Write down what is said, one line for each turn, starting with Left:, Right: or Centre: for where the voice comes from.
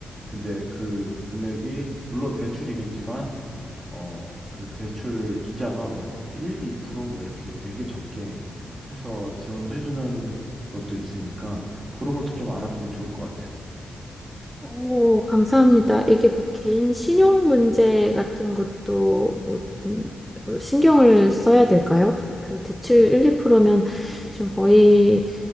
Right: 근데 그 금액이 물론 대출이겠지만 어 그 대출 이자가 뭐 1, 2%뭐 이렇게 되게 적게 해서 지원을 해주는 것도 있으니까 그런 것도 좀 알아보면 좋을 것 같아요.
Centre: 오, 감사합니다. 이게 뭐 개인 신용 문제 같은 것도 뭐 좀 신경을 써야 될까요? 그 대출 1, 2%면 지금 거의